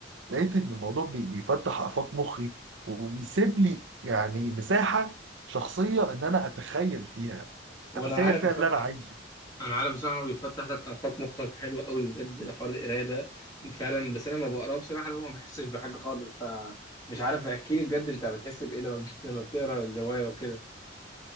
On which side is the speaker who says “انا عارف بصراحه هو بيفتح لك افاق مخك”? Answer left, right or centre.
Left